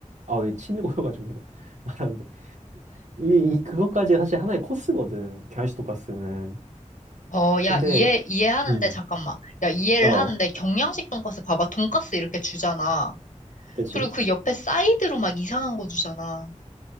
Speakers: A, on the right; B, on the left.
A: 아우 이게 침이 고여가지고 계속 <laughs> 말하는데 이게 이 그것까지 사실 하나의 코스거든. 경양식 돈가스는.
B: 어,
A: 근데
B: 야, 이해, 이해하는데,
A: 음.
B: 잠깐만. 야, 이해를
A: 어,
B: 하는데, 경양식 돈까스 봐봐. 돈까스 이렇게 주잖아.
A: 그치.
B: 그리고 그 옆에 사이드로 막 이상한 거 주잖아.